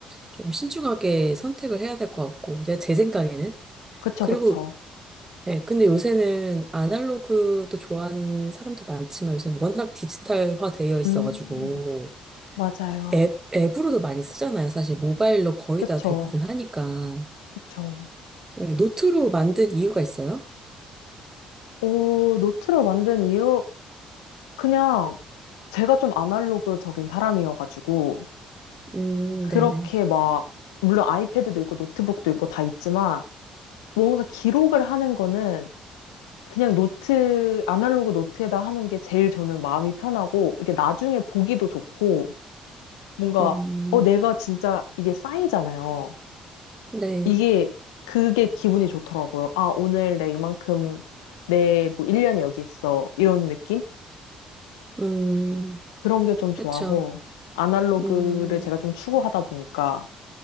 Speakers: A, on the right (about 20°); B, on the left (about 85°).
A: 좀 신중하게 선택을 해야 될 것 같고, 내, 제 생각에는.
B: 그쵸,
A: 그리고,
B: 그쵸.
A: 네, 근데 요새는 아날로그도 좋아하는 사람도 많지만 요새 워낙 디지털화 되어 있어가지고,
B: 음, 맞아요.
A: 앱, 앱으로도 많이 쓰잖아요. 사실 모바일로 거의
B: 그쵸,
A: 다 대부분 하니까.
B: 그쵸.
A: 네, 노트로 만든 이유가 있어요?
B: 오, 노트를 만든 이유, 그냥 제가 좀 아날로그적인 사람이어가지고
A: 음,
B: 그렇게
A: 네네.
B: 막, 물론 아이패드도 있고 노트북도 있고 다 있지만, 뭔가 기록을 하는 거는 그냥 노트, 아날로그 노트에다 하는 게 제일 저는 마음이 편하고, 이게 나중에 보기도 좋고, 뭔가,
A: 음,
B: 어, 내가 진짜 이게 쌓이잖아요.
A: 네.
B: 이게, 그게 기분이 좋더라고요. 아, 오늘 내 이만큼, 내 뭐 1년이 여기 있어. 이런 느낌?
A: 음,
B: 그런 게 좀 좋아서,
A: 그쵸.
B: 아날로그를
A: 음,
B: 제가 좀 추구하다 보니까,